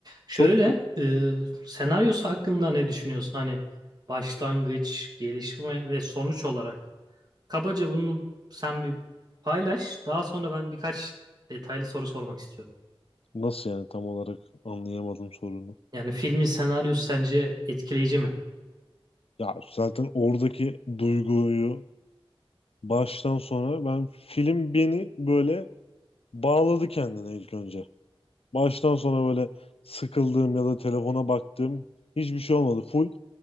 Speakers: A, on the right; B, on the left.
A: Şöyle
B: Çok
A: e, senaryosu hakkında ne düşünüyorsun? Hani başlangıç, gelişme ve sonuç olarak. Kabaca bunu sen bir paylaş. Daha sonra ben birkaç detaylı soru sormak istiyorum.
B: nasıl yani tam olarak anlayamadım sorunu.
A: Yani filmin senaryosu sence etkileyici mi?
B: Ya zaten oradaki duyguyu Baştan sona ben film beni böyle bağladı kendine ilk önce. Baştan sona böyle sıkıldığım ya da telefona baktığım hiçbir şey olmadı. Full